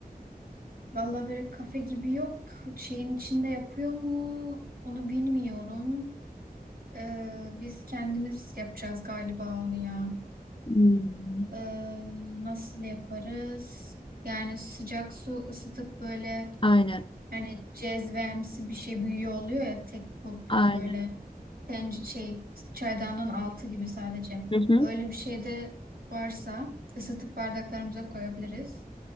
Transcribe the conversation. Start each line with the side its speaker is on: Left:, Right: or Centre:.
Right: Valla böyle kafe gibi yok. Şeyin içinde yapıyor mu? Onu bilmiyorum. Ee, biz kendimiz yapacağız galiba onu ya.
Left: Hmm.
Right: Ee, nasıl yaparız? Yani sıcak su ısıtıp böyle
Left: Aynen.
Right: hani cezvemsi bir şey büyüyor oluyor ya tek kulplu
Left: Aynen.
Right: böyle tenc- şey çaydanın altı gibi sadece.
Left: Hı hı.
Right: Öyle bir şey de varsa ısıtıp bardaklarımıza koyabiliriz.